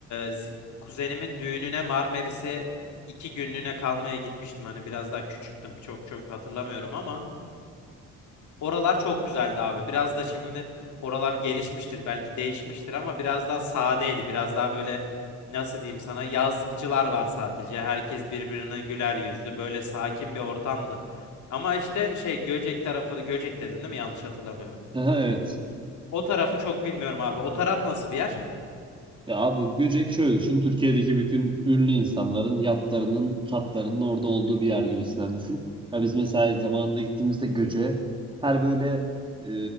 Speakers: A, on the left; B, on the right.
A: zi- kuzenimin düğününe Marmaris'e iki günlüğüne kalmaya gitmiştim. Hani biraz daha küçüktüm. Çok çok hatırlamıyorum ama. Oralar çok güzeldi abi. Biraz da şimdi oralar gelişmiştir, belki değişmiştir ama biraz daha sadeydi. Biraz daha böyle nasıl diyeyim sana yazlıkçılar var sadece. Herkes birbirine güler yüzlü. Böyle sakin bir ortamdı. Ama işte şey Göcek tarafı, Göcek dedin değil mi? Yanlış hatırlamıyorum.
B: <laughs> Aha, evet.
A: O tarafı çok bilmiyorum abi. O taraf nasıl bir yer?
B: Ya abi Göcek şöyle düşün. Türkiye'deki bütün ünlü insanların yatlarının, katlarının orada olduğu bir yer gibisinden düşün. Ya biz mesela zamanında gittiğimizde Göcek'e her böyle e,